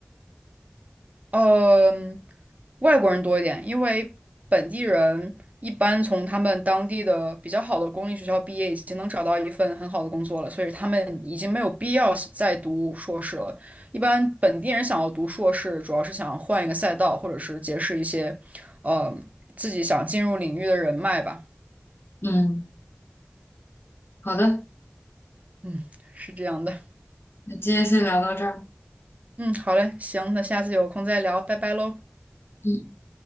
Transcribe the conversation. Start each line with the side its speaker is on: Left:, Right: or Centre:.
Right: 嗯，外国人多一点，因为本地人一般从他们当地的比较好的公立学校毕业，已经能找到一份很好的工作了，所以他们已经没有必要是再读硕士了。一般本地人想要读硕士，主要是想换一个赛道，或者是结识一些，呃，自己想进入领域的人脉吧。
Left: 嗯，好的，
Right: 嗯，是这样的。
Left: 那今天先聊到这儿。
Right: 嗯，好嘞，行，那下次有空再聊，拜拜喽。
Left: 嗯。